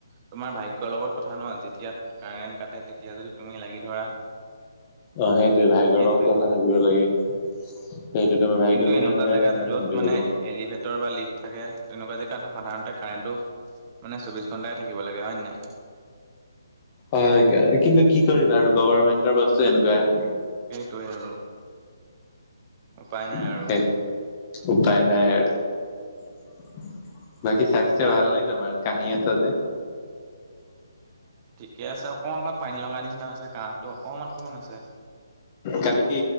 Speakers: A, on the right; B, on the left.
A: তোমাৰ ভাগ্যৰ লগত কথা নহয় যেতিয়া কাৰেন্ট কাট- ততে তেতিয়া যদি তুমি লাগি ধৰা-
B: অ সেইটোয়ে ভাগ্যৰ
A: সেইটোৱেই
B: লগত কথা
A: হয়
B: থাকিব লাগে- সেইটো তোমাৰ ভাগ্য
A: কিন্তু
B: যিমান
A: এনেকুৱা
B: বেয়া
A: জেগাত
B: সিমান
A: য'ত
B: সেইটো
A: মানে
B: হ'ব
A: এলিভেট- বা লিফ্ট থাকে তেনেকুৱা জেগাত সাধাৰণতে কাৰেণ্টটো - মানে চৌবিশ ঘণ্টাই থাকিব লাগে হয় নে নাই-
B: হয় কিন্তু কি কৰিবা আৰু গভৰ্মেণ্টৰ বস্তু এনেকুৱাই-
A: সেইটোৱে আৰু উপায় নাই আৰু-
B: হয় উপায় নাই <unintelligible> বাকী স্বাস্থ্য
A: আমাৰ
B: ভাল নাই তোমাৰ কাহি আছা যে-
A: গেছ আছে অকণমান অকণমান পানী লগা নিচিনা হৈছে কাহটো অকণমান অকণমান আছে-
B: কালি কি